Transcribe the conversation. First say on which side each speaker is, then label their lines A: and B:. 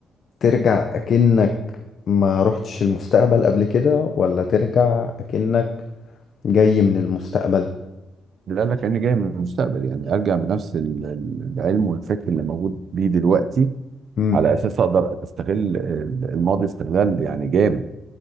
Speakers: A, on the left; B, on the right.
A: ترجع أكنك ما رحتش المستقبل قبل كده ولا ترجع أكنك جاي من المستقبل
B: اللي قال لك اني جاي من المستقبل يعني ارجع بنفس ال- ال- العلم والفكر اللي موجود بيه دلوقتي
A: مم.
B: على اساس اقدر استغل ال- الماضي استغلال يعني جامد